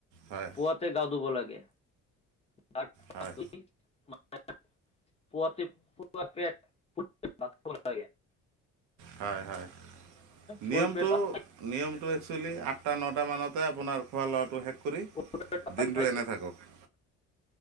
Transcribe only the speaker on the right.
হয়
হয়
হয় হয়
নিয়মটো
নিয়মটো একচুৱেলি আ টা নটা মানতে আপোনাৰ খোৱা লোৱাটো শেষ
দিনটো
এনে থাকক